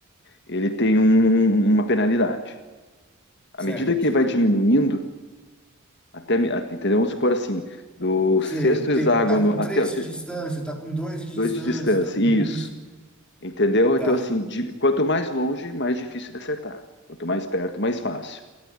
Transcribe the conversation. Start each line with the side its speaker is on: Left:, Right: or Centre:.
Left: ele tem um- um, uma penalidade. À
Centre: certo.
Left: medida que vai diminuindo, até, me- até- entendeu? Vamos supor assim, do
Centre: Sei,
Left: sexto
Centre: tem-
Left: hexágono
Centre: tá com três
Left: até o te-
Centre: de distância, tá com 2 de
Left: dois
Centre: distância,
Left: de distância.
Centre: tá com
Left: Isso.
Centre: um de...
Left: Entendeu?
Centre: Tá,
Left: Então, assim, de- quanto mais longe, mais difícil de acertar. Quanto mais perto, mais fácil.